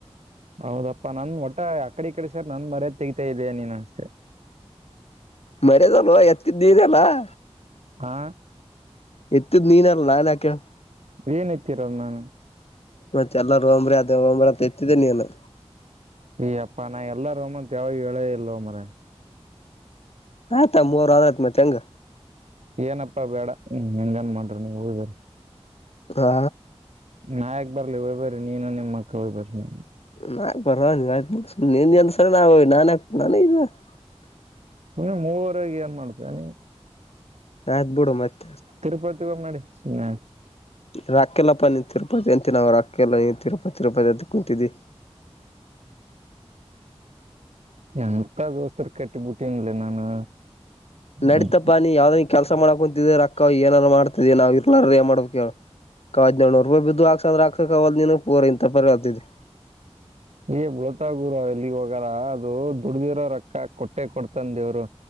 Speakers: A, on the right; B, on the left.
A: ಹೌದಪ್ಪಾ ನನ್ ಮಟ್ಟ ಅಕಡೆ ಈ ಕಡೆ ಸೆರ್ ನನ್ ಮರ್ಯದ್ ತೆಗೀತಾಯಿದಿಯ ನೀನು ಅಷ್ಟೆ
B: ಮರ್ಯಾದೆ <unintelligible>
A: ಆ
B: ಎತ್ತಿದ್ ನೀನೆ ಅಲ್ ನಾನ್ ಯಾಕ್ ಹೇಳು
A: ಏನ್ ಏತಿರೋದು ನಾನು
B: ಮತ್ತೆ ಯಲ್ಲ <unintelligible> ಎತ್ತಿದೆ ನೀನು
A: ಅಯ್ಯಪ್ಪ ನಾ ಎಲ್ಲಾರೂಮ್ ಅಂತ ಹೇಳೇ ಇಲ್ಲೊ ಮರಯಾ
B: ಆಯ್ತಾ ಮೂರ್ ವಾರ ಆಯ್ತ್ ಮತ್ ಹೆಂಗ್
A: ಏನಪ್ಪಾ ಬೇಡ ಇನ್ನೇನ್ <unintelligible> ನಿವ್ ಹೋಗಿ ಬರ್ರಿ
B: ಹಾ
A: ನಾ ಯಾಕ್ ಬರ್ಲಿ ಹೋಗ್ಬರ್ರಿ ನೀನು ನಿಮ್ಮ ಅಕ್ಕ ಹೋಗಿ ಬರ್ರಿ
B: <unintelligible>
A: ನಿಮ್ ಊರಗೆ ಏನ್ ಮಾಡ್ತೇನಿ
B: ರಾತ್ ಬುಡೋ ಮತ್
A: ತಿರುಪತಿ ಹೋಗ್ ನಡಿ ಸುಮ್ನೆ ಯಾಕ್
B: ರಾಕ್ಕೆಲ್ಲಪ್ಪಾ ನಿ ತಿರುಪತಿ ಅಂತಿ ರಾಕ್ಕೆಲ್ಲ ಏನ್ ತಿರುಪತಿ ತಿರುಪತಿ ಅಂತ್ ಕುಂತಿದ್ದಿ <inaudible>
A: ಯಂಕ ದೋಸರು ಕಟ್ಟಿಬಟ್ಟೀನ್ ಲೆ ನಾನು
B: ನಡೀತಪ್ಪಾ
A: ಅದ್
B: ನೀ ಯಾವ್ದನ್ ಕೆಲಸ ಮಾಡಕ್ ಕುಂತಿದ ರೊಕ್ಕ ಏನಾದಾರ ಮಾಡ್ತದ ನಾವ್ ಇರ್ಲಾರ ಏನ್ ಮಾಡ್ಬೇಕು ಹೇಳು ಹಡನೇಳು ರೂಪಾಯಿ ಬಿದ್ದು ಹಾಕ್ಸಂದ್ರ ಆಕ್ಸ ಕವಲ್ದು ಪೂರ್ <unintelligible>
A: ಎ ಉಳ್ಳಾತಾಯ <unintelligible> ದುಡ್ದಿರೋ ರೊಕ್ಕ ಕೊಟ್ಟೆ ಕೊಡ್ತನ್ ದೇವ್ರು